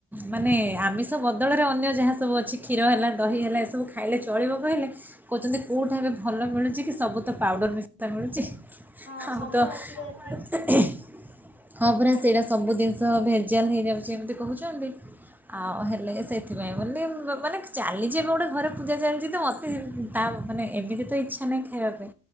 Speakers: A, in the centre; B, on the left.
A: ମାନେ ଆମିଷ ବଦଳରେ ଅନ୍ୟ ଯାହା ସବୁ ଅଛି କ୍ଷୀର ହେଲା ଦହି ହେଲା ଏସବୁ ଖାଇଲେ ଚଳିବ କହିଲେ କହୁଛନ୍ତି କୋଉଠା ଏବେ ଭଲ ମିଳୁଛି କି ସବୁ ତ ପାଉଡର ମିଶା ମିଳୁଛି।
B: ହଁ
A: ଆଉ
B: ସବୁ
A: ତ
B: ଆଜିକାଲି
A: ହଁ ପୁରା
B: ଆଜ୍ଞା
A: ସେଇଟା ସବୁ ଜିନିଷ ଜାଲ ହେଇଯାଉଛି ଏମିତି କହୁଛନ୍ତି। ଆଉ ହେଲେ ସେଥିପାଇଁ ବୋଲି ମାନେ ଚାଲିଛି ଏବେ ଗୋଟେ ଘରେ ପୂଜା ଚାଲିଛି ତ ମତେ ତା ମାନେ ଏମିତି ତ ଇଚ୍ଛା ନାହିଁ ଖାଇବା ପାଇଁ